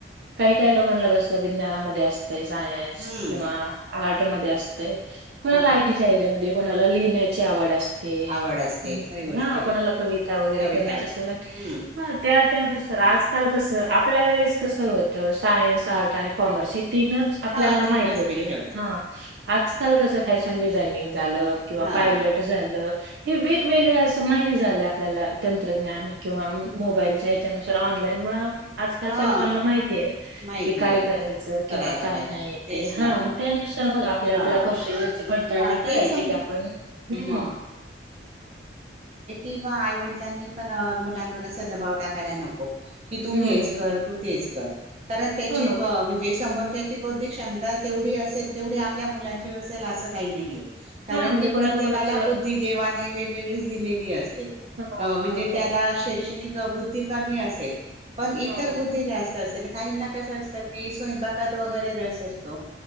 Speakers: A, on the right; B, on the right.
A: काही काही लोकांना बसतं विज्ञानामध्ये असत तेच आय. ए. एस.
B: हम्म
A: किंवा आर्टमध्ये असतय. कोणा
B: हा
A: लाईटही आहे हेजामधे कोणाला लिहिण्याची आवड असते.
B: आवड असते
A: ते
B: खरी गोष्ट
A: हा
B: आहे
A: कोणाला कविता वगैरे
B: कविता
A: करण्याची
B: होत
A: असे ना
B: हम्म
A: ह त्यात त्यानुसार आजकाल कस आपल्या वेळेस कस होत सायन्स, आर्ट आणि कॉमर्स तीनच आपल्याला
B: हा तिकच
A: माहित होते
B: विषय
A: हा. आजकाल कसं फॅशन डिझायनिंग, झाल किंवा
B: हा
A: पायलट झालं. हे वेगवेगळ असं माहिती झालं आपल्याला तंत्रज्ञान किंवा मोबाईलच्या ह्याच्यानुसार ऑनलाईन मु आजकालच्या
B: हा
A: लोकांना माहिती आहे
B: माहितीय
A: की काय करायचं किंवा
B: करायला
A: काय
B: पाहिजे
A: नाही.
B: तेच
A: हा
B: ना मग
A: त्यानुसार मग आपल्या
B: हा
A: आपल्या कौशल्याची पडताळणी
B: हा
A: करायची
B: तेच
A: की आपण हम्.
B: मग किं आईवडिलांनी पण मुलांवर असा दबाव टाकायला नको. की तू
A: हम्म
B: हेच करतो तेच कर. कारण त्याची
A: हो ना
B: म्हणजे समोरच्या ची बौद्धिक क्षमता तेवढी असेल तेवढी आपल्या मुलाची असेल असं काही नाहीये. कारण
A: हा म्हणजे
B: की
A: कोणाचं
B: प्रत्येकाला
A: कोणाचं
B: बुद्धी देवाने वेगवेगळीच दिलेली असते,
A: हा
B: म्हणजे
A: हा हो
B: त्याला
A: ना
B: शैक्षणिक बुद्धी कमी असेल, इतर
A: हम्म
B: बुद्धी जास्त अस काही ना कसं असं कि स्वंकपाक कत वगैरे रस असतो.